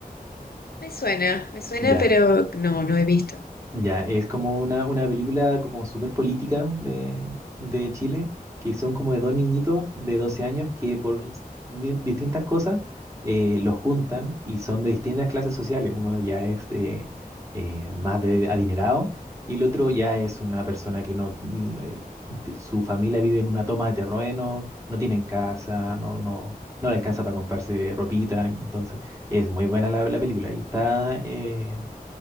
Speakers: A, on the left; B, on the right.
A: Me suena, me suena,
B: Ya.
A: pero no, no he visto.
B: Ya, es como una, una película como súper política de, de Chile, que son como de dos niñitos de 12 años que por s- di- distintas cosas eh, los juntan y son de distintas clases sociales. Uno ya es de, eh, más de adinerado y el otro ya es una persona que no, mm, eh, d- su familia vive en una toma de terreno, no tienen casa, no, no, no le alcanza para comprarse ropita. Entonces, es muy buena la, la película y está... eh,